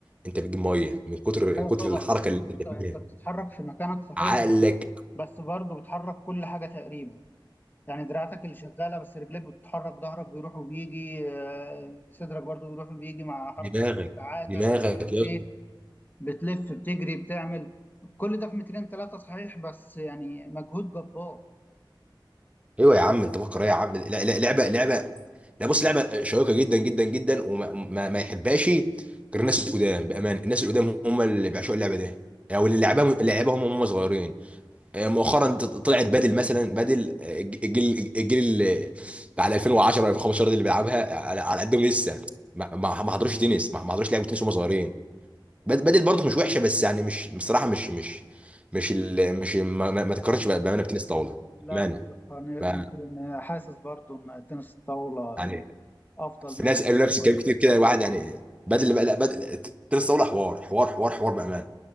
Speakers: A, on the right; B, on the left.
A: انت بتجيب ميه من كتر
B: ايوه
A: من كتر
B: طبعا
A: الحركه
B: لأن
A: اللي انت بتعملها
B: انت انت بتتحرك في مكانك صحيح
A: عقلك
B: بس بس برضه بتحرك كل حاجه تقريبا يعني دراعتك اللي شغاله بس رجليك بتتحرك ظهرك بيروح وبيجي آه، صدرك برضو بيروح وبيجي مع حركه
A: دماغك
B: دراعاتك
A: دماغك
B: مش عارف
A: يا اسطى
B: ايه بتلف بتجري بتعمل كل ده في مترين ثلاثه صحيح بس يعني مجهود جبار
A: ايوه يا عم انت فكر ايه يا عم لا لا لعبه لعبه لا بص لعبه شيقه جدا جدا جدا وما ما, ما يحبهاش غير الناس القدام بامان الناس القدام هم اللي بيعشقوا اللعبه دي او اللي لعبها اللي لعبها هم هم صغيرين آه، مؤخرا ط- طلعت بدل مثلا بدل آه، الجيل الجيل اللي بعد 2010 و 2015 ده اللي بيلعبها على على قدهم لسه ما ما ما حضروش تنس ما ما حضروش لعبه تنس وهم صغيرين بد- بدل برضه مش وحشه بس يعني مش بصراحه مش مش مش ال... مش ما,
B: مش
A: ما ما تتقارنش
B: عارف
A: بقى- بامانه بتنس طاوله
B: لا
A: بامانه
B: ما تقني
A: ما-
B: ما ت- ما حاسس برضو ان تنس الطاوله
A: يعني
B: افضل
A: في
B: منها
A: ناس قالوا نفس
B: شويه
A: الكلام كتير كده الواحد يعني بدل بقى لا بدل تنس طاوله حوار حوار حوار حوار بامانه